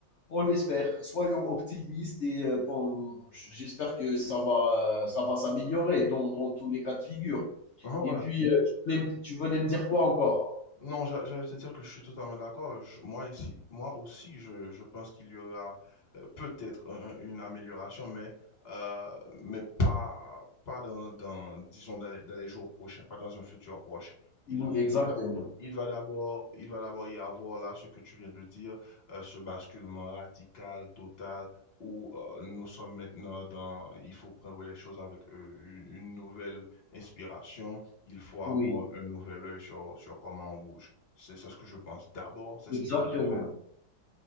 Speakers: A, on the left; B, on the left.
A: on l'espère. Soyons optimistes et euh, bon, j'espère que ça va, euh, ça va s'améliorer dans, dans tous les cas de figure.
B: mhm, ouais,
A: Et puis, euh, tu voulais, tu voulais me dire quoi encore
B: Non, j'a- j'allais te dire que je suis totalement d'accord. Je- Moi ici, moi aussi, je, je pense qu'il y aura euh, peut-être un- un- une amélioration, mais euh, mais pas pas dans, dans- disons dans les, dans les jours prochains, pas dans un futur proche. Il
A: Oui, exactement.
B: il va il va d'abord il va d'abord y avoir là ce que tu viens de dire, euh, ce basculement radical, total. où euh, nous sommes maintenant dans, il faut prendre les choses avec euh, une une nouvelle inspiration, il faut avoir
A: Oui,
B: un nouvel œil sur, sur comment on bouge. C'est c'est ce que je pense. D'abord, c'est ce
A: exactement.
B: qui doit se faire.